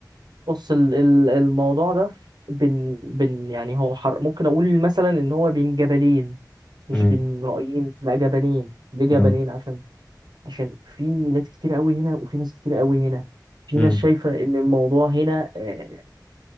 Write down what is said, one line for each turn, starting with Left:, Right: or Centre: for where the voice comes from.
Right: بص ال- ال- الموضوع ده بين بين يعني هو حر ممكن اقول مثلا ان هو بين جبلين مش
Left: امم
Right: بين رأيين لا جبلين ليه جبلين
Left: اه
Right: عشان عشان في ناس كتير قوي هنا وفي ناس كتير قوي هنا في
Left: امم
Right: ناس شايفة ان الموضوع هنا آه،